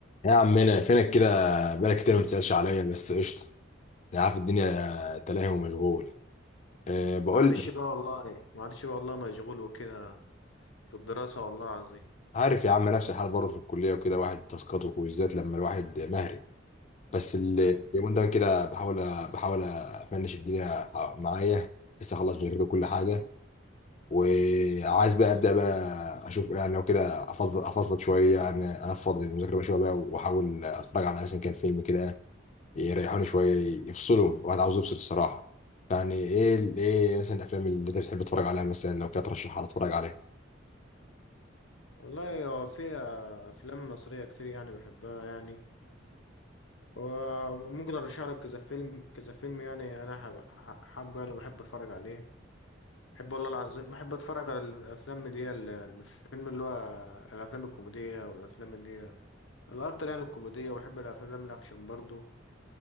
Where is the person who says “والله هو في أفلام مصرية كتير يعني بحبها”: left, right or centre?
Left